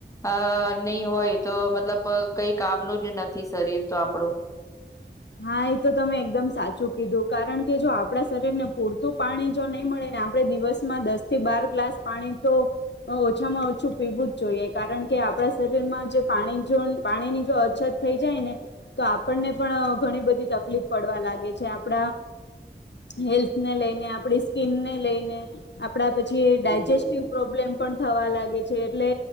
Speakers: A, on the left (about 15°); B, on the left (about 70°).
A: અ નહી હોય તો મ તલબ કઈ કામનું જ નથી શરીરતો આપણું
B: હા એ તો તમે એકદમ સાચું કીધું કારણ કે જો આપડા શરીરને પૂરતું પાણી જો નહીં મળે આપણે દિવસમાં દસ થી બાર ગ્લાસ પાણી તો ઓછામાં ઓછું પીવું જ જોઈએ કારણ કે આપણા શરીરમાં જે પાણી જોન પાણીની જો અછત થઈ જાય ને તો આપણને પણ ઘણી બધી તકલીફ પડવા લાગે છે, આપડા હેલ્થ ને લેઈને આપડી સ્કીિનને લેઈને આપડા પછી
A: હમ
B: ડાયજેસ્ટિવ પ્રોબ્લેમ પણ થવા લાગે છે, એટલે